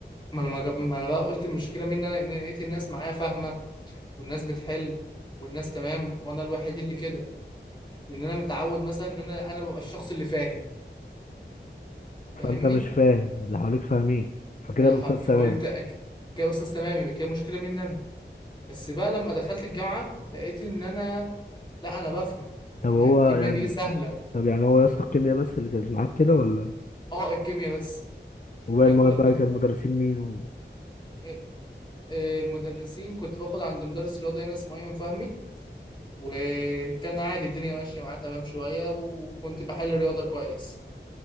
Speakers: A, on the left (about 25°); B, on the left (about 45°).
A: ما انا ما جاب- ما انا بقى قلت المشكله مني انا إن أنا لقيت الناس معايا فاهمه والناس بتحل والناس تمام وانا الوحيد اللي كده لان انا متعود مثلا ان انا انا ببقى الشخص اللي فاهم فاهمني
B: فانت مش فاهم واللي حواليك فاهمين فكده
A: اللي
B: الاستاذ
A: ح-
B: تمام
A: فقلت أك- كده استاذ تمام يبقى كده مشكله مني انا بس بقى لما دخلت الجامعة لقيت إن أنا لا أنا بفهم
B: طب
A: أنا
B: هو
A: الكيمياء
B: يعني
A: دي سهلة
B: طب يعني هو يا اسطى الكيمياء بس اللي كانت معاك كده ولا
A: أه الكيمياء بس
B: وباقي
A: أنا
B: المواد
A: بقولك
B: بقى
A: كنت
B: كان
A: بر...
B: المدرسين مين و...
A: آه، آه، المدرسين كنت باخد عند مدرس رياضة هنا اسمه أيمن فهمي وكان عادي الدنيا ماشية معاه تمام شوية وكنت بحل رياضة كويس